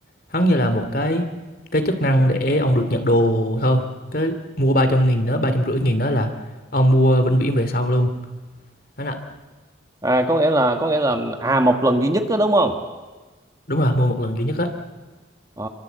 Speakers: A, on the left (about 50°); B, on the right (about 20°).
A: hắn như là một cái cái chức năng để ông được nhận đồ thôi cái mua ba trăm nghìn đó ba trăm rưỡi nghìn đó là ông mua vĩnh viễn về sau luôn đó là
B: À có nghĩa là có nghĩa là à một lần duy nhất đó đúng không?
A: đúng rồi mua một lần duy nhất á
B: Ờ,